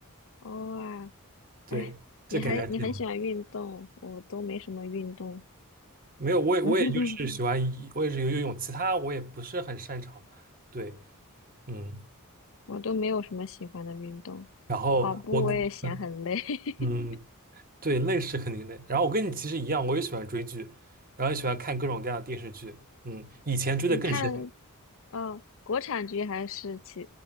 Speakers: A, on the left; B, on the right.
A: 哦啊，
B: 对，
A: 哎，
B: 这感觉还挺好。
A: 你还你很喜欢运动，我都没什么运动，
B: 没有，我也我也就是喜欢游，
A: <laughs>
B: 我也是游游泳，其他我也不是很擅长。对，嗯，
A: 我都没有什么喜欢的运动，
B: 然后我跟，
A: 跑步我也嫌很累。
B: 嗯，对，累是肯定累。然后我跟你其实一样，我也喜欢追剧，然后也喜欢看各种各样的电视剧。嗯，以前追的更深，
A: <laughs> 你看，嗯、国产剧还是其